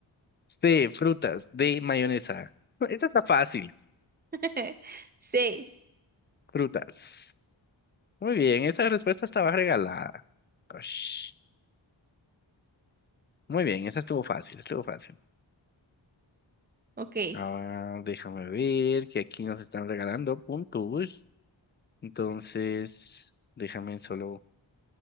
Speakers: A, on the left; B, on the right.
A: C, frutas. D, mayonesa. No, Esta está fácil.
B: <laughs> C.
A: Frutas. Muy bien, esa respuesta estaba regalada. Ush. Muy bien, esa estuvo fácil, estuvo fácil.
B: Ok.
A: Ahora déjame ver que aquí nos están regalando puntos. Entonces, déjame solo